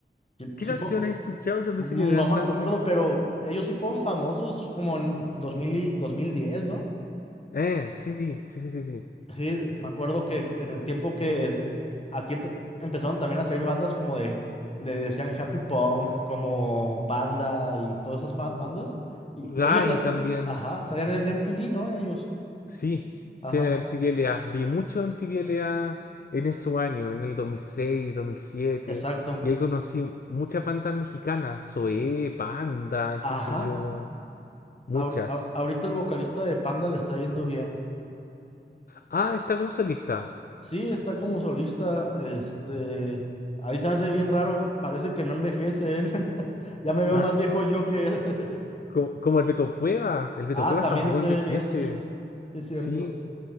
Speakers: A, on the left (about 35°); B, on the left (about 55°).
A: sí,
B: ¿Qué
A: sí
B: canciones
A: fue,
B: has escuchado? Yo pensé
A: no
B: que no eran
A: me
B: tan...
A: acuerdo, pero ellos sí fueron famosos como en 2000 y 2010, ¿no?
B: Eh, sí, sí, sí, sí, sí.
A: Sí, me acuerdo que en el tiempo que es- aquí empe- empezaron también a salir bandas como de, le decían Happy Punk, como Panda y todas esas ma- bandas. Y
B: Udai
A: ellos, sa-
B: también.
A: ajá, salían en MTV, ¿no? Ellos,
B: Sí,
A: ajá,
B: sí, en el MTV LA. Vi mucho MTV LA en esos años, en el dos dos mil seis dos mil siete
A: exacto,
B: Y ahí conocí muchas bandas mexicanas. Zoé, Panda, qué
A: ajá.
B: sé yo. Muchas.
A: Ahori- a- ahorita el vocalista de Panda le está yendo bien.
B: Ah, está como solista.
A: Sí, está como solista, este, ahí se hace bien raro, parece que no envejece él. <laughs> Ya me veo
B: Ah,
A: más viejo yo que él. <laughs>
B: co- como, el Beto Cuevas. El Beto
A: Ah,
B: Cuevas
A: también
B: tampoco
A: él se
B: envejece.
A: ve bien, sí, sí es cierto.
B: Sí.